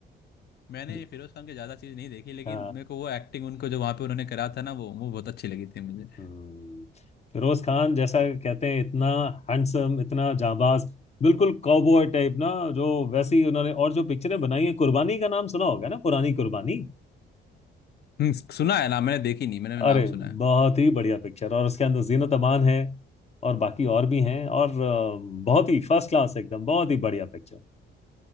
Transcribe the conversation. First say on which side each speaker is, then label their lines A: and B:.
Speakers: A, on the left; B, on the left.
A: मैंने
B: ज-
A: फिरोज खान के ज्यादा चीज नहीं देखी लेकिन
B: अ,
A: मेरे को वो एक्टिंग उनको जो वहां पे उन्होंने करा था ना वो वो बहुत अच्छी लगी थी मुझे
B: हम्म, फिरोज खान जैसा कहते हैं इतना हैंडसम इतना जाबाज बिल्कुल कॉबॉय टाइप ना जो वैसे ही उन्होंने और जो पिक्चरें बनाई है कुर्बानी का नाम सुना होगा ना पुरानी कुर्बानी
A: हम्म, सुना है ना मैंने देखी नहीं मैंने नाम
B: अरे
A: सुना है
B: बहुत ही बढ़िया पिक्चर और उसके अंदर जीनत अमान है और बाकी और भी हैं और अ, बहुत ही फर्स्ट क्लास एकदम बहुत ही बढ़िया पिक्चर